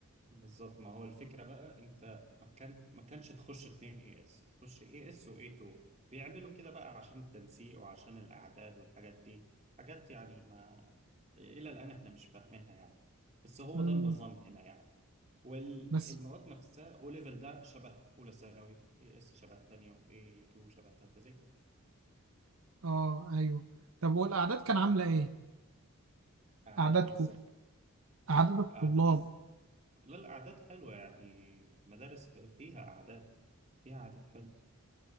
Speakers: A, on the right; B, on the right.
A: بالظبط ما هو الفكرة بقى انت ما كان ما كانش تخش اتنين اي اس تخش اي اس واي 2 بيعملوا كده بقى عشان التنسيق وعشان الاعداد والحاجات دي حاجات يعني ما الى الان احنا مش فاهمينها يعني بس هو
B: مم.
A: ده النظام هنا يعني والمواد
B: بس
A: نفسها او ليفل ده شبه اولى ثانوي اي اس شبه تانية واي 2 شبه تالتة زي كده
B: اه ايوه طب والاعداد كان عامله ايه
A: اعداد
B: اعدادكم
A: ايه بالظبط
B: اعداد الطلاب
A: اعداد لا الاعداد حلوة يعني مدارس فيها اعداد فيها اعداد حلوة